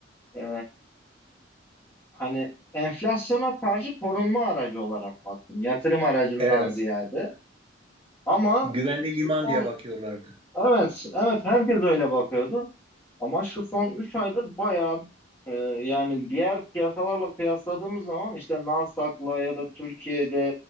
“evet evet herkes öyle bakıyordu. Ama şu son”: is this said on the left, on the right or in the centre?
Left